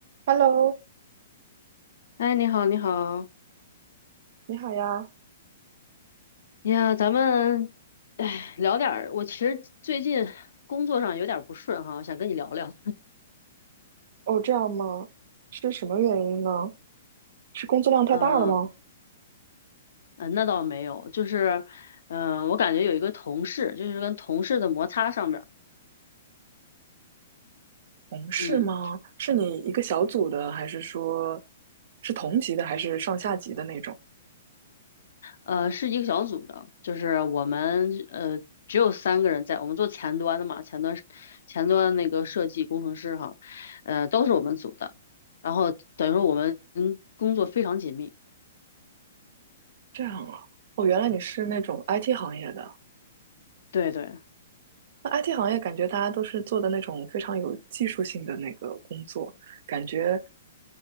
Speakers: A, on the right; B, on the left.
A: Hello，
B: 哎，你好，你好，
A: 你好呀。
B: 哎呀，咱们，哎，聊点儿。我其实最近工作上有点儿不顺哈，想跟你聊聊。
A: 哦，这样吗？是什么原因呢？是工作量太大了吗？
B: 嗯、呃，那倒没有，就是，嗯、我感觉有一个同事，就是跟同事的摩擦上面儿
A: 同事吗？
B: 嗯，
A: 是你一个小组的，还是说是同级的，还是上下级的那种？
B: 呃，是一个小组的，就是我们呃只有三个人在，我们做前端的嘛，前端是前端那个设计工程师哈，呃，都是我们组的，然后等于说我们嗯工作非常紧密，
A: 这样啊。哦，原来你是那种 IT 行业的。
B: 对对，
A: 那 IT 行业感觉大家都是做的那种非常有技术性的那个工作，感觉